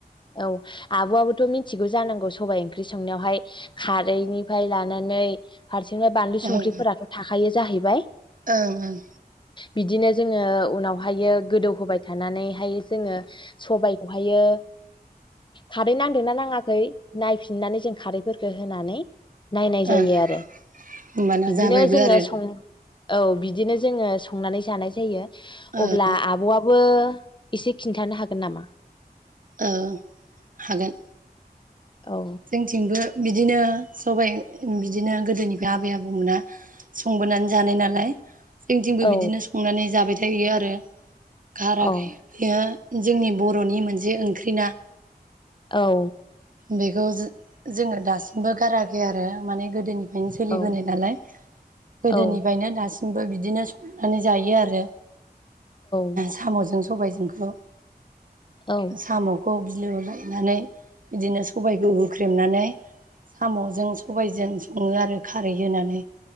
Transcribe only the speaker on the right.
ओं
ओं ओं
ओं
होमबाना
जाबायबो
आरो
ओं
ओं हागोन
जोंथिंबो बिदिनो सबाय ओम बिदिनो गोदोनिफ्राय आबै आबौमोना संबोनानै जानाय नालाय जोंथिंबो
बिदिनो संनानै जाबाय थ थायो आरो <unintelligible>
जोंनि बरनि मोनस जे ओंख्रि ना
बेखौ जो-जोङो दासिमबो गाराखै आरो माने गोदोनिफ फायनो सोलिबोनाय
नालाय गोदोनिफ्रायनो
दासि मफ्राय बिदिनो संनानै जायो आरो
सामजों सं सबायाइजोंखौ
सामखौ बि बिलोआव लायनानै बिदिनो सबायखौ बुख्रेमनानै सामजों सबायजों सङो आरो खारै होनानै